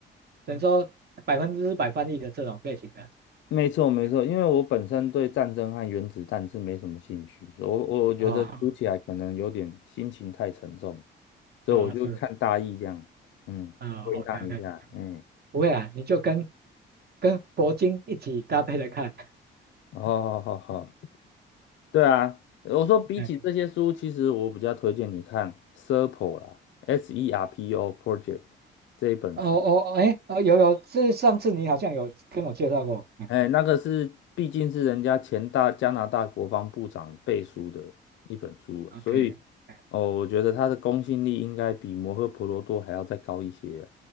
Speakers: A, on the right; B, on the left.
A: 等于说百分之百翻译的这种类型的，
B: 没错没错，
A: 哎，
B: 因为我本身对战争和原子弹是没什么兴趣，所以我我我觉得读起来可能有点心情太沉重，
A: 哦
B: 所以我就看大意这样，
A: 啊是
B: 嗯，
A: 啊，OK
B: 归纳一下，
A: OK，
B: 嗯，
A: 不会啊，你就跟跟铂金一起搭配着看，
B: 哦好好好好，对啊，我说比起这些书，
A: 哎，
B: 其实我比较推荐你看《Serpo》啦，《S.E.R.P.O. Project》这一本书。
A: 哦哦哎哦有有，是上次你好像有跟我介绍过，嗯
B: 哎，那个是毕竟是人家前大加拿大国防部长背书的一本书啊所以
A: ，OK，哎
B: 哦，我觉得他的公信力应该比《摩诃婆罗多》还要再高一些啊